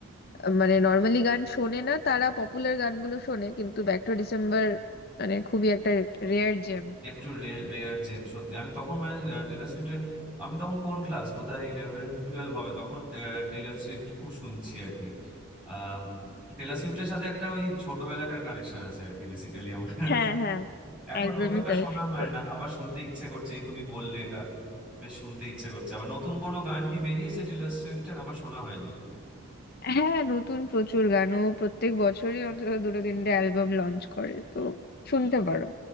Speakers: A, on the left; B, in the centre.
A: আহ, মানে নর্মালি গান শোনে না তারা পপুলার গানগুলো শোনে কিন্তু ব্যাক টু ডিসেম্বর মানে খুবই একটা রেয়ার জেম
B: একটু রেয়ার জেম সত্যি আমি তখন মানে আহ, টেলর সুইফটের আমি তখন কোন ক্লাস বোধহয় ইলেভেন টুয়েলভ হবে তখন আহ, টেলর সুইফট খুব শুনছি আর কি আম, টেলর সুইফটের সাথে একটা ওই ছোটবেলাকার কানেকশন আছে আর কি বেসিক্যালি আমার
A: হ্যাঁ হ্যাঁ
B: এখন
A: একদমই
B: অতটা
A: তাই
B: শোনা হয়
A: ও-
B: না আবার শুনতে ইচ্ছে করছে এই তুমি বললে এটা বেশ শুনতে ইচ্ছে করছে আবার নতুন কোনো গান কি বেরিয়েছে টেলর সুইফটের আমার শোনা হয়নি
A: হ্যাঁ নতুন প্রচুর গানও প্রত্যেক বছরই অন্তত দুটো তিনটে অ্যালবাম লঞ্চ করে তো শুনতে পারো